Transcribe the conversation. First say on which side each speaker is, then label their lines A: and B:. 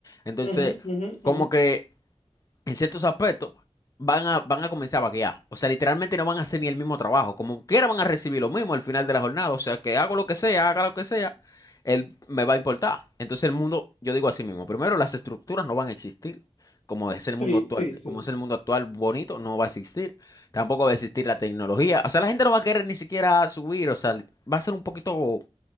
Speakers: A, on the left (about 30°); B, on the left (about 85°).
A: Entonces,
B: Ujú, ujú,
A: como
B: ujú.
A: que en ciertos aspectos, van a, van a comenzar a vaguear. O sea, literalmente no van a hacer ni el mismo trabajo. Como quiera van a recibir lo mismo al final de la jornada. O sea, que hago lo que sea, haga lo que sea, él me va a importar. Entonces el mundo, yo digo así mismo, primero las estructuras no van a existir. Como es el mundo
B: Sí,
A: actual,
B: sí, sí.
A: como es el mundo actual bonito, no va a existir. Tampoco va a existir la tecnología. O sea, la gente no va a querer ni siquiera subir. O sea, va a ser un poquito